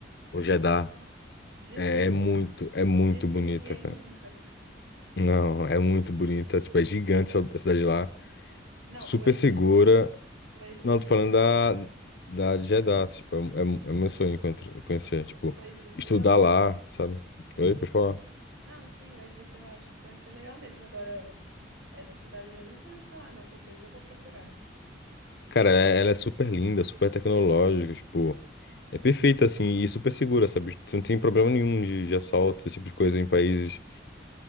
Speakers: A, on the left; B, on the right.
A: O Jeddah
B: Nossa. Disse,
A: é, é muito, é muito
B: disse
A: bonita,
B: ninguém
A: cara.
B: nunca.
A: Não, é muito bonita. Tipo, é gigante essa essa cidade lá.
B: Não,
A: Super
B: o Egito,
A: segura.
B: o Egito,
A: Não, tô
B: eu,
A: falando
B: ima-
A: da,
B: eu-
A: da de Jeddah. Tipo, é, é, é meu sonho conhecer. conhecer, Tipo,
B: o Egito
A: estudar
B: eu já,
A: lá,
B: eu,
A: sabe? Oi, pessoal.
B: não, sim, o Egito eu acho que deve ser legal mesmo. Agora, essa cidade eu nunca ouvi falar, não. Depois eu vou procurar.
A: Cara, é- ela é super linda, super tecnológica, tipo, é perfeita assim e super segura, sabe? Você não tem problema nenhum de, de assalto, esse tipo de coisa em países,